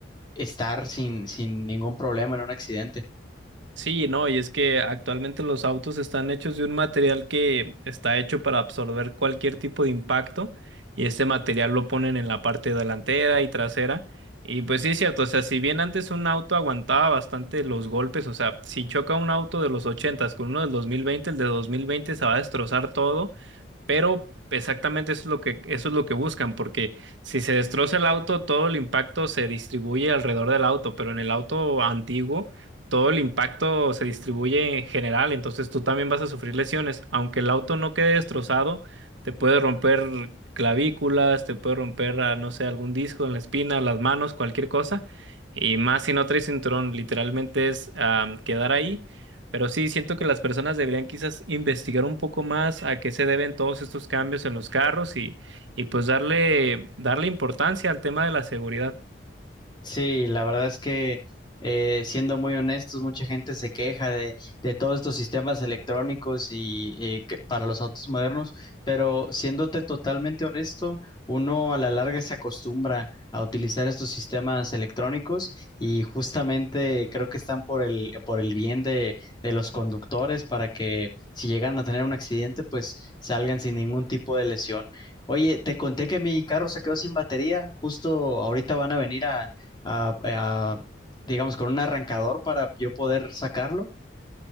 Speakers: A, on the left; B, on the right.
A: estar sin, sin ningún problema en un accidente.
B: Sí, no, y es que actualmente los autos están hechos de un material que está hecho para absorber cualquier tipo de impacto y este material lo ponen en la parte delantera y trasera. Y pues sí es cierto, o sea, si bien antes un auto aguantaba bastante los golpes, o sea, si choca un auto de los ochentas con uno del 2020, el de 2020 se va a destrozar todo, pero exactamente eso es lo que eso es lo que buscan, porque si se destroza el auto, todo el impacto se distribuye alrededor del auto, pero en el auto antiguo todo el impacto se distribuye en general, entonces tú también vas a sufrir lesiones. Aunque el auto no quede destrozado, te puede romper clavículas, te puede romper, ah, no sé, algún disco en la espina, las manos, cualquier cosa. Y más si no traes cinturón, literalmente es ah, quedar ahí. Pero sí, siento que las personas deberían quizás investigar un poco más a qué se deben todos estos cambios en los carros y, y pues darle, darle importancia al tema de la seguridad.
A: Sí, la verdad es que eh, siendo muy honestos, mucha gente se queja de, de todos estos sistemas electrónicos y eh, que- para los autos modernos, pero siéndote totalmente honesto, uno a la larga se acostumbra a utilizar estos sistemas electrónicos y justamente creo que están por el, por el bien de, de los conductores para que si llegan a tener un accidente, pues salgan sin ningún tipo de lesión. Oye, te conté que mi carro se quedó sin batería. Justo ahorita van a venir a, a- a- digamos, con un arrancador para yo poder sacarlo.